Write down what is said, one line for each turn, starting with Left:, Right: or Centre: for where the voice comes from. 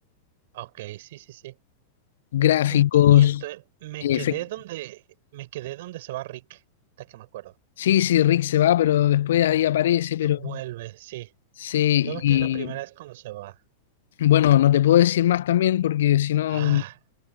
Right: Ok, sí, sí, sí.
Left: Gráficos,
Right: Y, y miento, eh, me
Left: eh,
Right: quedé
Left: efec-
Right: donde, me quedé donde se va Rick, hasta que me acuerdo.
Left: Sí, sí, Rick se va, pero después ahí aparece, pero
Right: Eh, Vuelve, sí.
Left: sí,
Right: Yo me
Left: y
Right: quedé la primera vez cuando se va.
Left: bueno, no te puedo decir más también porque si no...
Right: Ah,